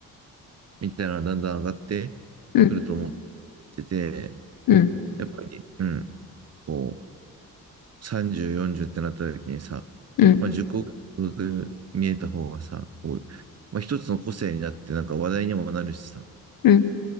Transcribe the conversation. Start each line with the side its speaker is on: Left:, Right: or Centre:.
Right: みたいなのがだんだん上がって
Left: うん。
Right: くると思ってて、
Left: うん。
Right: やっぱり、うん、こう、30、40ってなった時にさ、
Left: うん。
Right: まあ、受講が見えた方がさ、こう、まあ、一つの個性になって、なんか話題にもなるしさ、
Left: うん。